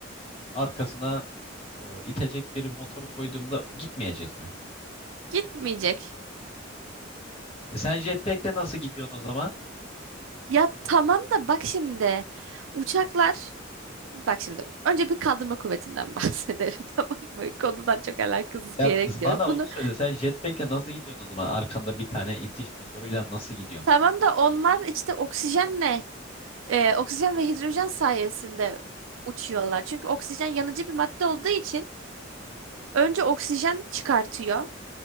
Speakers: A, on the left; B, on the right.
A: arkasına e, itecek bir motor koyduğumda gitmeyecek mi?
B: Gitmeyecek.
A: E, sen jetpack'le nasıl gidiyorsun o zaman?
B: Ya tamam da bak şimdi. Uçaklar Bak şimdi önce bir kaldırma kuvvetinden <laughs> bahsedelim tamam mı? Konudan çok alakasız
A: Ya
B: bir yere gidiyoruz.
A: bana
B: Bunu
A: onu söyle. Sen jetpack'le nasıl gidiyorsun o zaman? Arkanda bir tane itiş motoruyla nasıl gidiyorsun?
B: tamam da onlar işte oksijenle e, oksijen ve hidrojen sayesinde uçuyorlar. Çünkü oksijen yanıcı bir madde olduğu için önce oksijen çıkartıyor